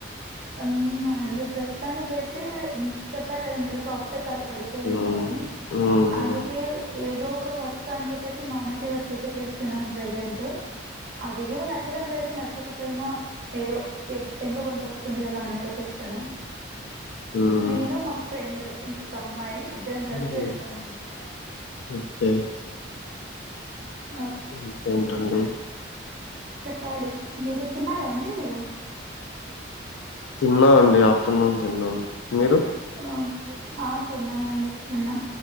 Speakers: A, on the right; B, on the left.
A: మేము అండి ప్రస్తుతానిక అయితే చెప్పారు కదా మీరు సాఫ్ట్వేర్ చాలా పడిపోయింది
B: మ్మ్
A: అని
B: మ్మ్
A: అందుకే ఏదో ఒక వర్క్ అని చెప్పేసి నాన్ ఐటీ వర్క్ అయితే చేస్తున్నాను ప్రజెంట్ అది కూడా నచ్చడం లేదు నా చక పోయిన ఏదో ఎంతో కొంత వస్తుంది స్తుంది కదా అన్నట్లా చేస్తున్నాం
B: మ్మ్
A: నేను మా ఫ్రెండ్ ఇంకొక అమ్మాయి ఇద్దరం కలిసి
B: మ్మ్
A: వెళ్తామండి
B: ఓకే
A: మీ
B: ఇంకేంటండి
A: చెప్పాలి మీరు తిన్నారా అండి మీరు
B: తిన్న అండి ఆఫ్టర్నూన్ తిన్నాను మీరు
A: హా ఆ తిన్నామండి తిన్నాం